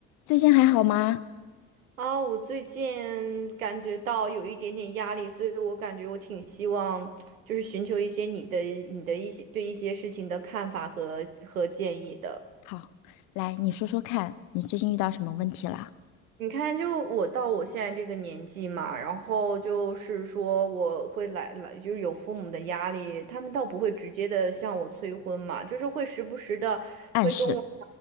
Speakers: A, on the left (about 55°); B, on the right (about 80°).
A: 最近还好吗？
B: 啊，我最近感觉到有一点点压力，所以我感觉我挺希望，就是寻求一些你的、你的一些对一些事情的看法和和建议的。
A: 好，来，你说说看，你最近遇到什么问题了？
B: 你看，就我到我现在这个年纪嘛，然后就是说我会来来，就是有父母的压力，他们倒不会直接的向我催婚嘛，就是会时不时的会跟我。
A: 暗示